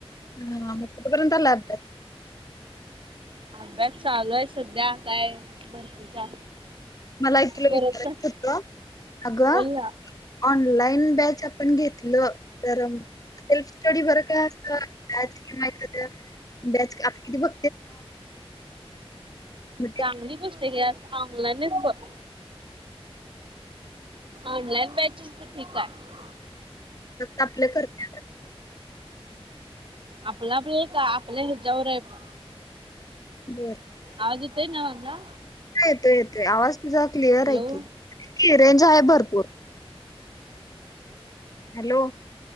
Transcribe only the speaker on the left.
हा मग कुठपर्यंत आलाय अभ्यास?
मला एक तुला
विचारायचं होतं. अगं
ऑनलाइन बॅच आपण घेतलं, तर सेल्फ स्टडी बर काय <unintelligible> बॅच घ्या त्या बॅच आप किती बघ मग ते
फक्त आपलं करत्या.
बर.
हा येतोय, येतोय आवाज तुझा क्लिअर
आहे की, रेंज आहे भरपूर हॅलो....